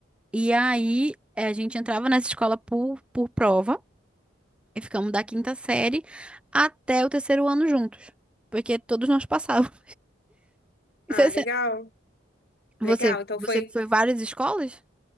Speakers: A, in the centre; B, on the left (about 55°).
A: e aí eh, a gente entrava nessa escola por, por prova, E ficamos da quinta série até o terceiro ano juntos. Porque todos nós passávamos. <laughs> Isso
B: Ah, legal.
A: é Você,
B: Legal. Então
A: você
B: foi.
A: foi várias escolas?